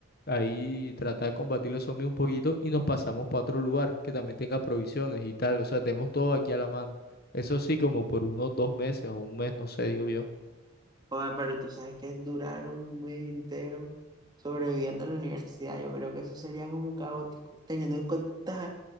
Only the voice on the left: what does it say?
ahí tratar de combatir los zombies un poquito y nos pasamos para otro lugar que también tenga provisiones y tal, o sea, tenemos todo aquí a la mano. Eso sí, como por unos dos meses o un mes, no sé, digo yo.